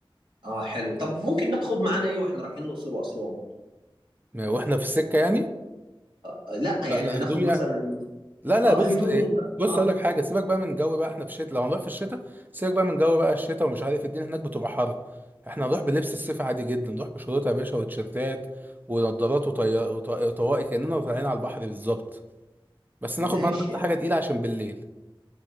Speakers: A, on the right; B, on the right.
A: اه حلو طب ممكن ناخد معانا ايه واحنا رايحين الاقصر واسوان
B: ما- واحنا في السكة يعني
A: آه، لا يعني
B: فانا
A: هناخد
B: هدومي
A: مثلا
B: لا لا
A: اه
B: بص
A: هدوم
B: إيه،
A: بقى
B: بص
A: اه
B: اقول لك حاجه سيبك بقى من جو بقى احنا في الشتاء لو هنروح في الشتاء سيبك بقى من جو بقى الشتاء ومش عارف الدنيا هناك بتبقى حر احنا هنروح بلبس الصيف عادي جدا نروح بشورت يا باشا وتيشيرتات ونضارات وطي... وط- وطواقي كاننا طالعين على البحر بالظبط بس
A: ماشي
B: ناخد معانا
A: يعني.
B: بس حاجه تقيله عشان بالليل